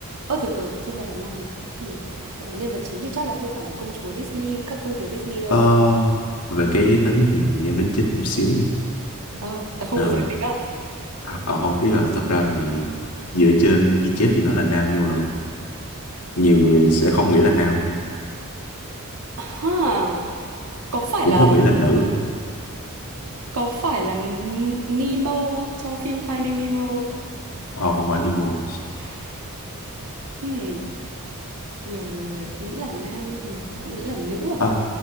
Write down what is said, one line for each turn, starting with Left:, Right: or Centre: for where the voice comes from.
Right: ơ từ từ, nhân vật là nam à? Hmm. Này, nhân vật chính thì chắc là không phải là công chúa Disney, các công chúa Disney đâu
Left: ờ,
Right: nhỉ?
Left: về cái giới tính thì em đến chích một xíu nha
Right: Ồ, là không
Left: ờ,
Right: có giới tính à?
Left: à, ờ, không ý là thật ra thì dựa trên ghi chép thì nó là nam nhưng mà nhiều người sẽ không nghĩ là nam
Right: Ha, có phải
Left: cũng
Right: là
Left: không nghĩ là nữ
Right: có phải là N- Nemo không? Trong phim Finding Nemo không?
Left: Ờ, không không phải liên quan
Right: À, ok. Hmm, nhiều người nghĩ là nam nhưng nhiều người cũng nghĩ là nữ à?
Left: à,